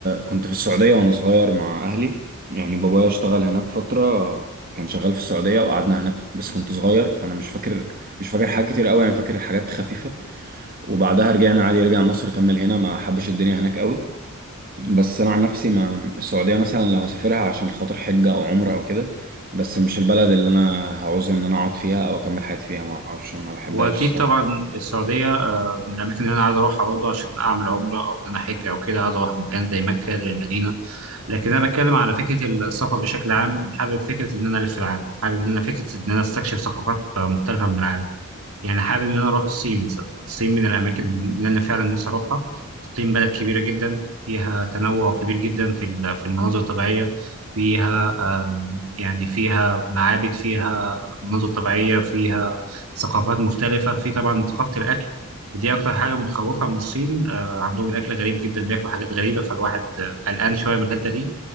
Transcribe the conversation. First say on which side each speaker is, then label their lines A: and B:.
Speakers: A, on the right; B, on the right.
A: كنت في السعودية وأنا صغير مع أهلي يعني بابايا اشتغل هناك فترة كان شغال في السعودية وقعدنا هناك بس كنت صغير فأنا مش فاكر مش فاكر حاجات كتير أوي أنا فاكر حاجات خفيفة وبعدها رجعنا عادي رجع مصر كمل هنا ما حبش الدنيا هناك قوي بس انا عن نفسي ما السعوديه مثلا لو هسافرها عشان خاطر حجه او عمره او كده بس مش البلد اللي انا هعوز ان انا اقعد فيها او اكمل حياتي فيها ما اعرفش ما بحبهاش
B: هو أكيد
A: الصراحه
B: طبعا السعودية آه، من الأماكن اللي أنا عايز أروحها برضه عشان أعمل عمرة أو إن أنا أحج أو كده عايز أروح مكان زي مكة زي المدينة لكن أنا بتكلم على فكرة السفر بشكل عام حابب فكرة إن أنا ألف العالم حابب إن أنا فكرة إن أنا أستكشف ثقافات آه، مختلفة من العالم يعني حابب ان انا اروح الصين مثلا الصين من الاماكن اللي انا فعلا نفسي اروحها الصين بلد كبيره جدا فيها تنوع كبير جدا في ال- في المناظر الطبيعيه فيها آم، يعني فيها معابد فيها مناظر طبيعيه فيها ثقافات مختلفه في طبعا ثقافه الاكل دي اكتر حاجه متخوفه من الصين آه، عندهم الاكل غريب جدا بياكلوا حاجات غريبه فالواحد آه، قلقان شويه من الحته دي